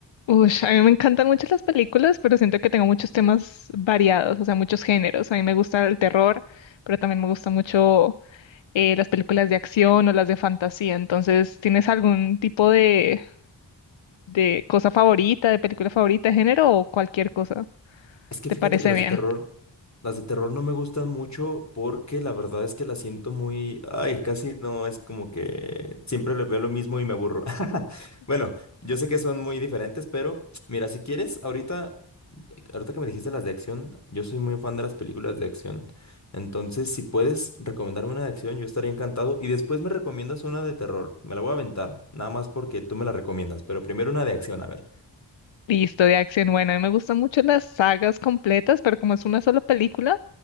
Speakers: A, on the left; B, on the left.
A: Ush, a mí me encantan mucho las películas, pero siento que tengo muchos temas variados, o sea, muchos géneros. A mí me gusta el terror, pero también me gusta mucho eh, las películas de acción o las de fantasía. Entonces, ¿tienes algún tipo de, de cosa favorita, de película favorita, de género o cualquier cosa?
B: Es que
A: ¿Te
B: fíjate
A: parece
B: que las
A: bien?
B: de terror, las de terror no me gustan mucho porque la verdad es que las siento muy, ay, casi no, es como que siempre le veo lo mismo y me aburro. <laughs> Bueno, yo sé que son muy diferentes, pero mira, si quieres, ahorita, ahorita que me dijiste las de acción, yo soy muy fan de las películas de acción. Entonces, si puedes recomendarme una de acción, yo estaría encantado. Y después me recomiendas una de terror. Me la voy a aventar, nada más porque tú me la recomiendas, pero primero una de acción, a ver.
A: Listo, de acción. Bueno, a mí me gustan mucho las sagas completas, pero como es una sola película.